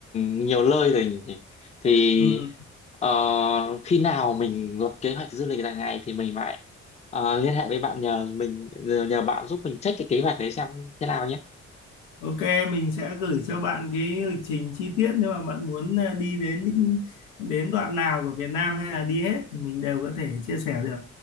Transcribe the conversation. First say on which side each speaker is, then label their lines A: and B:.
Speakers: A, on the left; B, on the left.
A: nhiều nơi rồi nhỉ? thì, thì
B: ừ.
A: ờ, khi nào mình lập kế hoạch du lịch dài ngày thì mình lại ờ, liên hệ với bạn nhờ mình nhờ bạn giúp mình check cái kế hoạch đấy xem thế nào nhé
B: ok mình sẽ gửi cho bạn cái lịch trình chi tiết nếu mà bạn muốn à, đi đến những đến đoạn nào của Việt Nam hay là đi hết thì mình đều có thể chia sẻ được